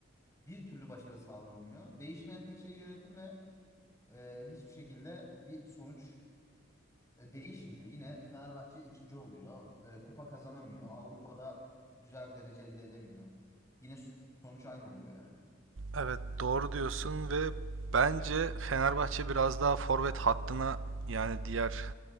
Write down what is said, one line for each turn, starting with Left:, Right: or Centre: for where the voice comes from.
Left: bir türlü başarı sağlanamıyor. Değişmeyen tek şey yönetim ve eee, hiçbir şekilde bir sonuç e, değişmiyor. Yine Fenerbahçe ikinci oluyor. Eee, kupa kazanamıyor. Avrupa'da güzel bir derece elde edemiyor. Yine sonuç aynı oluyor yani.
Right: Evet doğru diyorsun ve bence Fenerbahçe biraz daha forvet hattına yani diğer